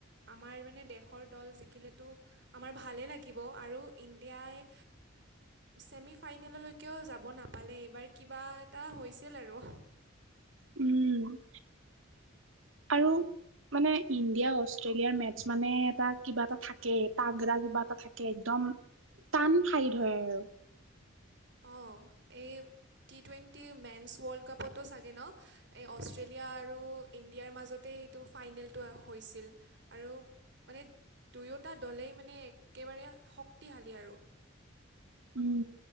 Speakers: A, on the right (about 55°); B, on the right (about 70°).
A: আমাৰ মানে দেশৰ দল জিকিলেতো আমাৰ ভালেই লাগিব আৰু ইণ্ডিয়াই ছেমি ফাইনেললৈকেও যাব নাপালে এইবাৰ ক বা এটা হৈছিল আৰু।
B: উম
A: <inaudible>
B: আৰু মানে ইণ্ডিয়া অষ্ট্ৰেলিয়াৰ মেটচ মানে এটা কিবা এটা থাকে পাগৰা কিবা এটা থাকে একদম। টান ফাই ধৰে আৰু।
A: অ, এই টি টুৱেণ্টি মেন্ছ ৱৰ্ল্ড কাপতো চাগে ন এই অষ্ট্ৰেলিয়া আৰু ইণ্ডিয়াৰ মাজতে সটো ফাইনেল হৈ আৰু মানে। দুয়োটা দলেই মানে একেবাৰে শক্তিশালী আৰু।
B: উম,